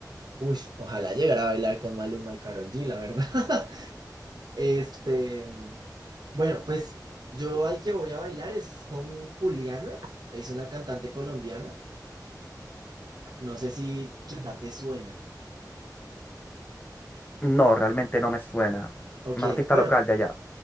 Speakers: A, on the right; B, on the left.
A: uy, ojalá llegara a bailar con Maluma y Karol G, la verdad. <laughs> Este, bueno, pues yo al que voy a bailar es con Juliana, es una cantante colombiana. No sé si quizá te suena.
B: No, realmente no me suena.
A: Ok,
B: Un artista
A: bueno,
B: local de allá.